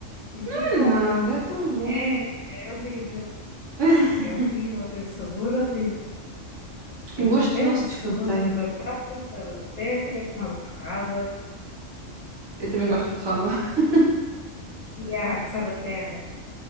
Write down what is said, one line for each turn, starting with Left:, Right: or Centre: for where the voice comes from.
Left: E
Right: Não
Left: tu comes.
Right: é nada, é tão bom.
Left: É, é horrível.
Right: <laughs>
Left: É horrível, tem um sabor horrível. Eu
Right: Gostos
Left: detesto
Right: não se
Left: o
Right: discutem.
Left: sabor da batata, da terra, é como a beterraba.
Right: Eu também gosto de raba. <laughs>
Left: E Sabaterra,